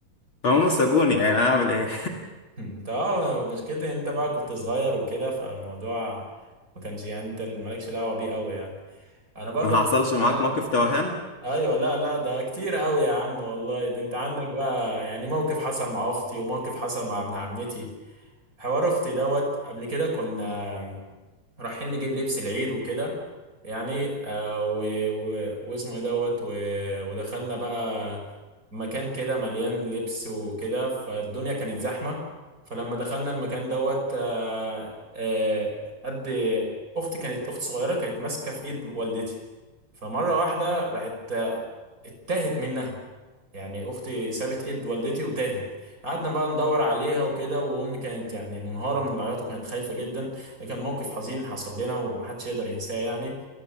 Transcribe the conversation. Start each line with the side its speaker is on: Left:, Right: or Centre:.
Left: فهم سابوني يعني اعمل ايه
Right: <laughs> انت اه مشكلتي ان انت بقى كنت صغير وكده فالموضوع ما كانش يعني انت اللي مالكش دعوه بيه قوي يعني
Left: <laughs>
Right: انا برضه
Left: ما
Right: حصلت
Left: حصلش
Right: معايا
Left: معاك موقف توهان
Right: ايوه لا لا ده كتير قوي يا عم والله ده انت عندك بقى يعني موقف حصل مع اختي وموقف حصل مع ابن عمتي حوار اختي دوت قبل كده كنا رايحين نجيب لبس العيد وكده يعني آه و... و... واسمه ايه دوت و... ودخلنا بقى مكان كده مليان لبس وكده فالدنيا كانت زحمة فلما دخلنا المكان دوت آه آه قد اختي كانت اخت صغيرة كانت ماسكة في ايد والدتي فمرة واحدة راحت آه، اتاهت منها يعني اختي سابت ايد والدتي وتاهت قعدنا بقى ندور عليها وكده وامي كانت يعني منهارة من العياط وكانت خايفة جدا ده كان موقف حزين حصل لنا ومحدش يقدر ينساه يعني